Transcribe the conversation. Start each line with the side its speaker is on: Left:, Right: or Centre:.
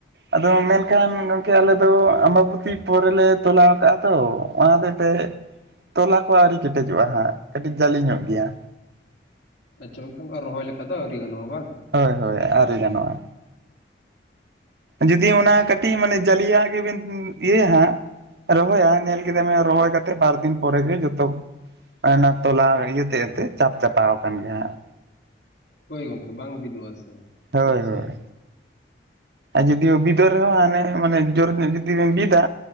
Right: ᱟᱫᱚ ᱢᱮᱱᱠᱷᱟᱱ ᱜᱚᱢᱠᱮ ᱟᱞᱮ ᱫᱚ ᱟᱢᱵᱟᱵᱚᱛᱤ᱾ ᱯᱚᱨᱮᱞᱮ ᱛᱚᱞᱟᱣ ᱠᱟᱜᱼᱟ ᱛᱚ ᱚᱱᱟ ᱦᱚᱛᱮᱡ ᱛᱮ ᱛᱚᱞᱟ ᱠᱚ ᱟᱣᱨᱤ᱾ ᱠᱮᱴᱮᱡᱚᱜᱼᱟ ᱦᱟᱸᱜ ᱠᱟᱹᱴᱤᱡ ᱡᱟᱹᱞᱤ ᱧᱚᱜ ᱜᱮᱭᱟ
Left: ᱟᱪᱪᱷᱟ ᱢᱮᱱᱠᱷᱟᱱᱠᱟ ᱨᱚᱦᱚᱭ ᱞᱮᱠᱟ ᱫᱚ ᱟᱹᱣᱨᱤ ᱜᱟᱱᱚᱜᱼᱟ ᱵᱟᱝ᱾
Right: ᱦᱳᱭ ᱦᱳᱭ ᱟᱣᱨᱤ ᱜᱟᱱᱚᱜᱼᱟ ᱡᱩᱫᱤ ᱚᱱᱟ ᱠᱟᱹᱴᱤᱡ ᱢᱟᱱᱮ ᱡᱟᱞᱤᱭᱟ ᱜᱮᱵᱮᱱ ᱤᱭᱟᱹᱭᱟ ᱦᱟᱜ᱾ ᱨᱚᱦᱚᱭᱟ ᱧᱮᱞ ᱠᱮᱫᱟ ᱵᱮᱱ ᱨᱚᱦᱚᱭ ᱠᱟᱛᱮ ᱵᱟᱨ ᱫᱤᱱ ᱯᱚᱨᱮ ᱜᱮ ᱡᱚᱛᱚ᱾ ᱚᱱᱟ ᱛᱚᱞᱟ ᱤᱭᱟᱹᱛᱮᱜ ᱮᱱᱛᱮᱜ ᱪᱟᱯ ᱪᱟᱯᱟ ᱟᱠᱟᱱ ᱜᱮᱭᱟ ᱦᱟᱸᱜ᱾
Left: ᱦᱳᱭ ᱜᱚᱝᱠᱮ ᱵᱟᱝ <unintelligible>
Right: ᱦᱳᱭ ᱦᱳᱭ
Left: ᱥᱟᱺᱦᱤᱡ
Right: ᱟᱨ ᱡᱫᱤᱳ ᱵᱤᱫᱚᱨ ᱨᱮᱦᱚᱸ ᱦᱟᱱᱮ ᱢᱟᱱᱮ᱾ ᱡᱳᱨ ᱧᱚᱜ ᱡᱩᱫᱤ ᱵᱮᱱ ᱵᱤᱫᱟ